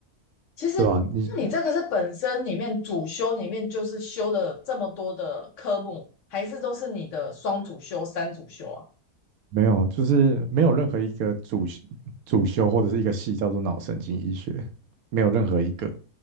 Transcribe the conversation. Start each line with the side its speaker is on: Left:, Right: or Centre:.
Right: <laughs>
Left: 其实，
Right: 对吧、你
Left: 那你这个是本身里面主修里面就是修了这么多的科目，还是都是你的双主修、三主修啊？
Right: 没有，就是没有任何一个主主修或者是一个系叫做脑神经医学，没有任何一个。